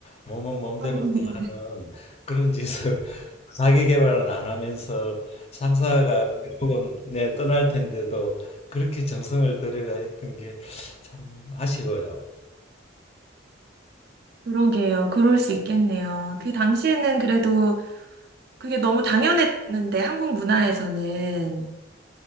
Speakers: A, on the left; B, on the right.
A: 몸은 몸대로
B: <laughs>
A: 사는 그런 짓을 <laughs> 자기 개발은 안 하면서 상사가 결국은 네, 떠날 텐데도 그렇게 정성을 들여가 했던 게 참 아쉬워요.
B: 그러게요. 그럴 수 있겠네요. 그 당시에는 그래도 그게 너무 당연했는데, 한국 문화에서는